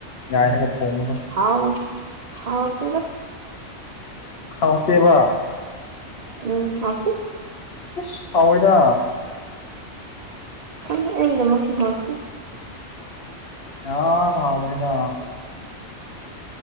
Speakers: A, on the left; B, on the right.
A: ꯌꯥꯏꯔꯒ ꯊꯣꯡꯕꯗꯣ
B: ꯍꯥꯎ ꯍꯥꯎ ꯇꯦꯗ
A: ꯍꯥꯎꯇꯦꯕ
B: ꯎꯝ ꯍꯥꯎꯇꯦ
A: ꯑꯁ ꯍꯥꯎꯑꯦꯗ
B: ꯈꯪꯗꯦ ꯑꯩ ꯅꯨꯃꯤꯠꯇꯤ ꯍꯥꯎꯇꯦ
A: ꯌꯥꯝ ꯃꯥꯥꯎꯕꯅꯤꯗ